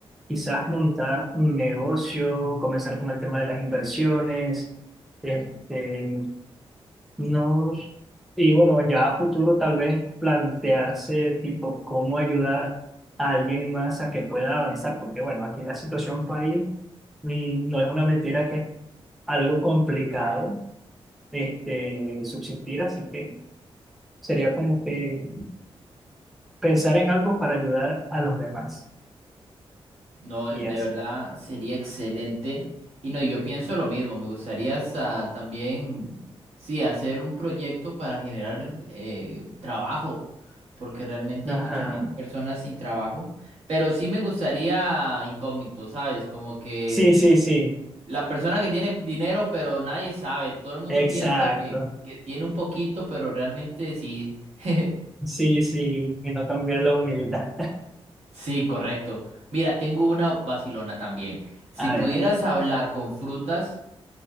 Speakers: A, in the centre; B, on the right.
A: Quizás montar un negocio, comenzar con el tema de las inversiones, este, no, y bueno, ya a futuro tal vez plantearse tipo cómo ayudar a alguien más a que pueda avanzar, porque bueno, aquí la situación país y no es una mentira que es algo complicado este, subsistir, así que sería como que pensar en algo para ayudar a los demás.
B: No, de
A: Y así.
B: verdad sería excelente. Y no, yo pienso lo mismo. Me gustaría hasta también, sí, hacer un proyecto para generar eh, trabajo, porque realmente
A: Ajá.
B: hay muchas personas sin trabajo. Pero sí me gustaría incógnito, ¿sabes? Como que
A: Sí, sí, sí.
B: La persona que tiene dinero, pero nadie sabe. Todo el mundo
A: Exacto.
B: piensa que, que tiene un poquito, pero realmente sí. <laughs>
A: Sí, sí, y no cambiar la humildad.
B: Sí, correcto. Mira, tengo una vacilona también.
A: <laughs>
B: Si
A: A
B: pudieras
A: ver, a ver.
B: hablar con frutas,